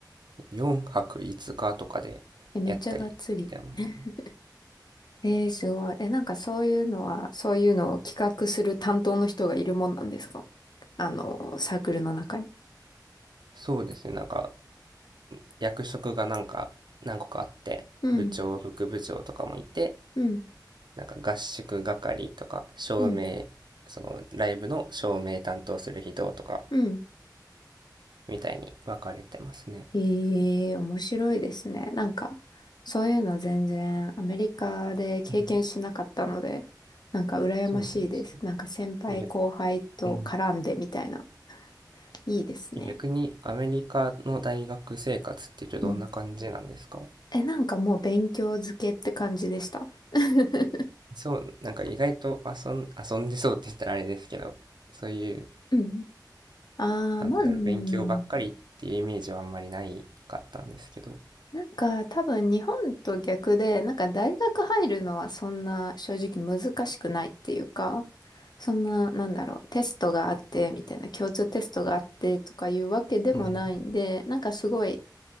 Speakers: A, on the right; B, on the left.
A: 4泊5日とかでやったりしてますね。
B: えめっちゃがっつり。<laughs> えー、すごい。え、なんかそういうのは、そういうのを企画する担当の人がいるもんなんですかあの、サークルの中に。
A: そうですね、なんか役職がなんか何個かあって、
B: うん、
A: 部長、副部長とかもいて、
B: うん、
A: なんか合宿係とか、照明、
B: うん、
A: そのライブの照明担当する人とか、
B: うん。
A: みたいに分かれてますね。
B: ええ、面白いですね。なんか、そういうの全然アメリカで経験しなかったので、
A: うん、
B: なんか羨ましいです。
A: そうなんですね。
B: なんか先輩後輩と絡んでみたいな。
A: 逆う
B: いいですね。
A: ん、逆にアメリカの大学生活っていうとどんな感じなんですか
B: うん。え、なんかもう勉強漬けって感じでした。<laughs>
A: そう、なんか意外と遊ん、遊んでそうって言ったらあれですけど、そういう
B: うん。ああ、
A: なんていうんだろう、
B: まあ、うん
A: 勉強ばっかりっていうイメージはあんまりないかったんですけど。
B: なんか多分日本と逆で、なんか大学入るのはそんな正直難しくないっていうか、そんな、なんだろう、テストがあってみたいな、共通テストがあってとかいうわけでもないんで、
A: うん。うん。
B: なんかすごい、